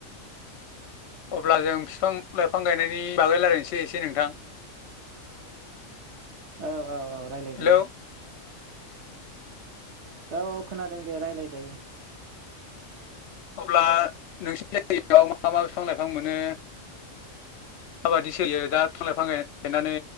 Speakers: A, on the left (about 60°); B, on the right (about 65°).
A: अब्ला जों बिफां लाइफां गायनायनि बागै रायलायनोसै एसे नोंथां।
B: औ औ औ रायलाय
A: हेलौ
B: जायो। औ औ खोनादों। दे रायलाय जायो।
A: अब्ला नोंसिनि जायगायाव मा मा बिफां लाइफां मोनो माबादि सोलियो दा बिफां लाइफां गायनानै